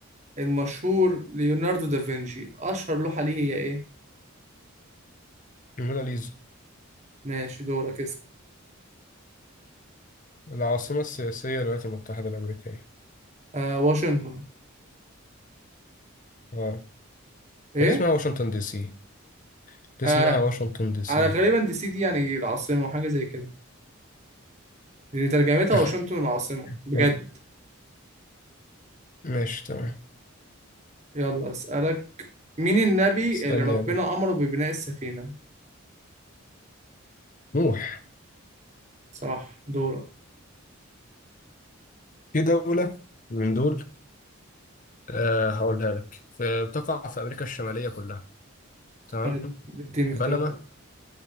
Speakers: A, on the right (about 35°); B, on the left (about 35°).
A: المشهور ليوناردو دافنشي اشهر لوحه ليه هي ايه
B: الموناليزا
A: ماشي دورك اسال
B: العاصمه السياسيه للولايات المتحده الامريكيه
A: آه واشنطن
B: اه
A: ايه
B: هي دي اسمها واشنطن دي سي دي
A: آه
B: اسمها واشنطن دي سي
A: على غالبا دي سي دي يعني العاصمه وحاجه زي كده لان ترجمتها
B: <laughs>
A: واشنطن العاصمه بجد
B: وال- ماشي تمام
A: يلا أسألك مين النبي
B: اسالني
A: اللي ربنا
B: يا بابا
A: أمره ببناء السفينة؟
B: نوح
A: صح دورك
B: في دوله من دول آه هقولها لك في بتقع في امريكا الشماليه كلها تمام
A: حلو اديني
B: بنما
A: اختيارات